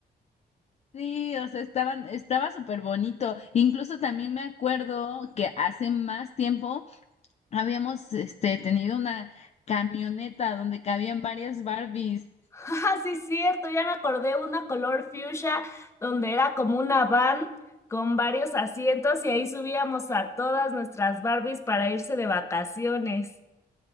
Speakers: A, on the left (about 40°); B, on the left (about 15°).
A: Sí, o sea, estaban, estaba súper bonito. Incluso también me acuerdo que hace más tiempo habíamos, este, tenido una camioneta donde cabían varias Barbies.
B: Ah, sí, cierto, ya me acordé una color fuchsia donde era como una van con varios asientos y ahí subíamos a todas nuestras Barbies para irse de vacaciones.